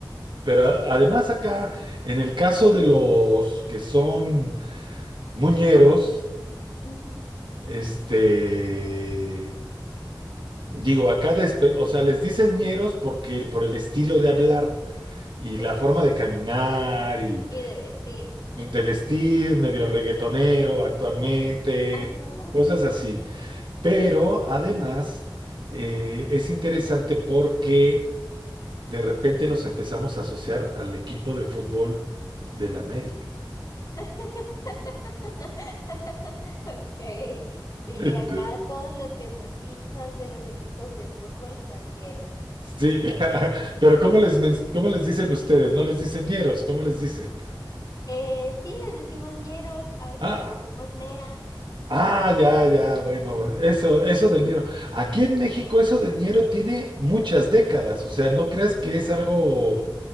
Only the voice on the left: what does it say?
<laughs> Ujú,
sí,
y de vestir.
Ajá.
<laughs> Ok, sí,
acá todos los que son hinchas de los equipos de fútbol soñeros.
Eh, sí, les decimos ñeros, a veces
les decimos neas.